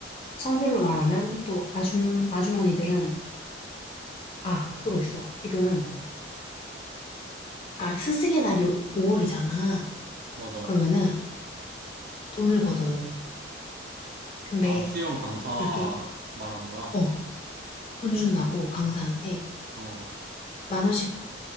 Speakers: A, on the left (about 30°); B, on the right (about 50°).
A: 성별로 말하면 또 아줌 아주머니들은 아 그거 있어. 지금 아 스승의 날이 5월이잖아.
B: 맞아.
A: 그러면은 돈을 걷어요. 근데
B: 아, 수영 강사
A: 이렇게
B: 말하는 거야.
A: 어 돈 준다고 강사한테
B: 어,
A: 만 원씩